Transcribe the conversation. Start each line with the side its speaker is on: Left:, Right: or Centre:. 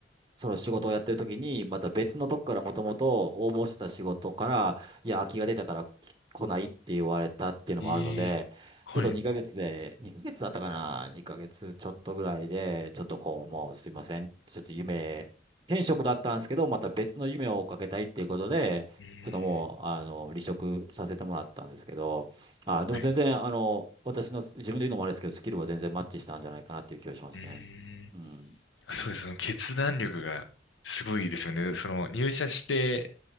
Right: その仕事をやってる時に、また別のとこからもともと応募してた仕事から、いや、空きが出たから来ないって言われたっていうのもあるので、
Left: ええはい。
Right: ちょっと2ヶ月で、2ヶ月だったかな ?2 ヶ月ちょっとぐらいで、ちょっとこう、もうすいません。ちょっと夢、転職だったんですけど、また別の夢を追っかけたいっていうことで、
Left: うーん。
Right: ちょっともう、あの、離職させてもらったんですけど、あ、でも全然、
Left: はい。
Right: あの、私の、自分で言うのもあれですけど、スキルは全然マッチしたんじゃないかなっていう気がしますね。
Left: うーん。
Right: うん。
Left: そうです。その決断力がすごいですよね。その入社して、